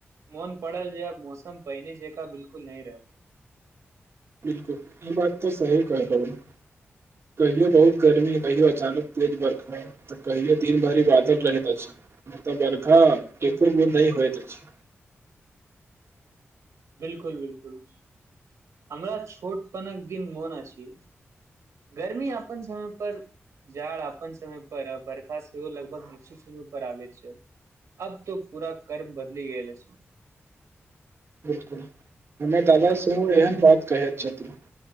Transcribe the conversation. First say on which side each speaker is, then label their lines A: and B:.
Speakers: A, on the right; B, on the right.
A: मोन पड़ल जे मौसम पहिने जेका बिल्कुल नै रहल
B: बिल्कुल ई बात तऽ सही कहै <unintelligible> कहियो बहुत गर्मी कहियो अचानक तेज बरखनाय तऽ कहियो दीन भरि बादल रहैत अछि नै तऽ बर्खा एको बेर नै होइत अछि
A: बिल्कुल बिल्कुल हमरा छोट पनक दिन मोन अछी गर्मी अपन समय पर जाड़ अपन समय पर बरखा सेहो लगभग नि्चित समय पर आबै छै अब तो पूरा कर्म बदली गेल अछी
B: बिल्कुल हमर दादा सेहो एहन बात कहैत छथि